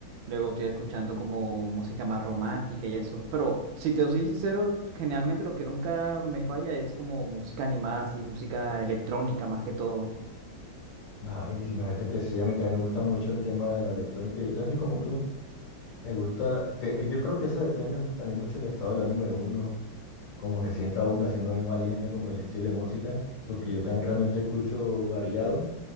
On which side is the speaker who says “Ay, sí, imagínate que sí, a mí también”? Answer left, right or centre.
Left